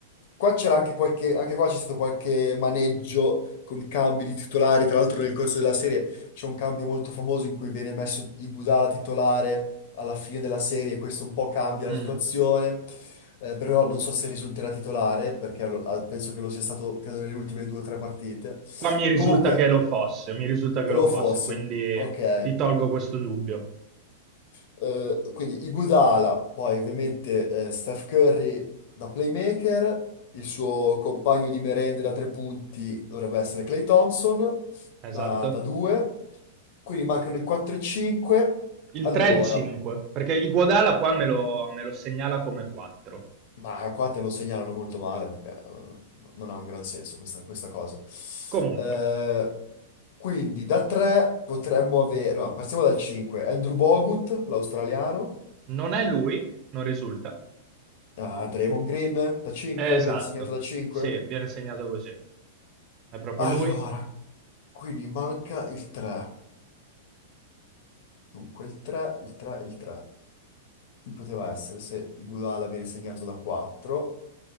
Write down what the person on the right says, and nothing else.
Mm.
Qua mi risulta
che lo fosse, mi risulta che
lo fosse,
quindi
ti tolgo questo dubbio.
Esatto.
Il
3 e il 5, perché Iguodala qua me lo, me lo segnala come 4.
Comunque,
non è lui, non risulta.
È esatto.
Sì, viene segnato così. È proprio
lui? <laughs>